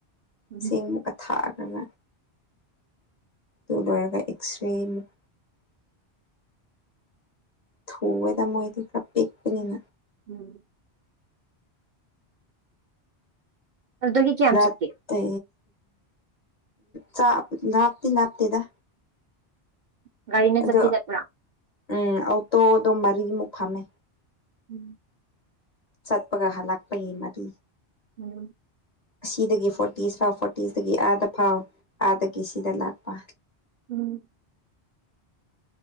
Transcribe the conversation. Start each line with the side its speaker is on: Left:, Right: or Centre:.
Right: ꯎꯝ
Left: ꯏꯁꯤꯡ ꯃꯨꯛꯀ ꯊꯥꯛꯑꯗꯅ ꯗꯨ ꯂꯣꯏꯔꯒ ꯑꯦꯛꯁ꯭ꯔꯦ ꯃꯨꯛ ꯊꯣꯑꯣꯏꯅ ꯃꯣꯏꯗꯤ ꯈꯥꯔ ꯄꯦꯛꯄꯅꯤꯅ
Right: ꯎꯝ ꯑꯗꯨꯗꯒꯤ ꯀꯌꯥꯝ
Left: ꯂꯥꯞꯇꯦ
Right: ꯆꯠꯀꯦ
Left: ꯆꯥ ꯂꯥꯞꯇꯤ ꯂꯥꯞꯇꯦꯗ
Right: ꯒꯥꯔꯤꯅ
Left: ꯑꯗꯣ
Right: ꯆꯠꯇꯤ ꯆꯠꯄ꯭ꯔꯥ
Left: ꯎꯝ ꯑꯣꯇꯣꯗꯣ ꯃꯔꯤꯃꯨꯛ ꯐꯝꯃꯦ
Right: ꯎꯝ
Left: ꯆꯠꯄꯒ ꯍꯥꯂꯛꯄꯒꯤ ꯃꯔꯤ
Right: ꯎꯝ
Left: ꯑꯁꯤꯗꯒꯤ ꯐꯣꯔꯇꯤꯁ ꯐꯥꯎ ꯐꯣꯔꯇꯤꯁꯇꯒꯤ ꯑꯥꯗ ꯐꯥꯎ ꯑꯥꯗꯒꯤ ꯁꯤꯗ ꯂꯥꯛꯄ
Right: ꯎꯝ